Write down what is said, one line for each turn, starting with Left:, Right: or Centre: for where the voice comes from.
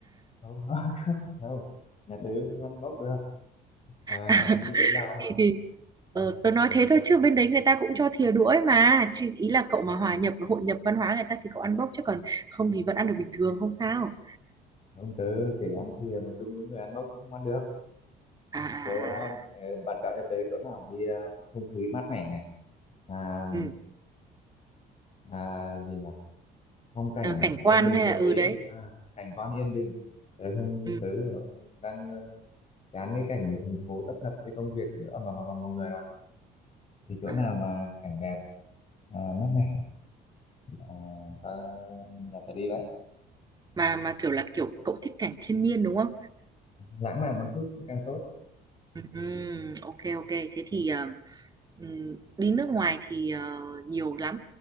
Left: không, không, không. Nhà tớ không ăn bốc được. À,
Right: <laughs>
Left: đi chỗ nào
Right: Thì
Left: à?
Right: thì ờ, tớ nói thế thôi chứ bên đấy người ta cũng cho thìa đũa ấy mà. Chỉ ý là cậu mà hòa nhập hội nhập văn hóa người ta thì cậu ăn bốc chứ còn không thì vẫn ăn được bình thường không sao.
Left: Không, tớ kể ăn thìa mà chung với người ăn bốc cũng không ăn được.
Right: À à à. à.
Left: Tớ, ờ, bạn chọn cho tớ chỗ nào mà đi à, không khí mát mẻ này. À,
Right: ừ.
Left: à, gì nhỉ phong cảnh
Right: à, cảnh quan
Left: yên bình
Right: hay
Left: một
Right: là ừ
Left: tí
Right: đấy
Left: à, cảnh quan yên bình tớ không
Right: ừ.
Left: tớ không- đang ờ, chán cái cảnh thành phố tấp nập với công việc nữa mà mà, mà mọi người rồi thì chỗ
Right: À,
Left: nào mà cảnh đẹp à, mát mẻ à, ta, nhà ta đi đấy
Right: mà mà kiểu là kiểu cậu thích cảnh thiên nhiên đúng không
Left: lãng mạn một chút cũng càng tốt
Right: ừ. ừ, ok ok thế thì ờ, ừ, đi nước ngoài thì ờ, nhiều lắm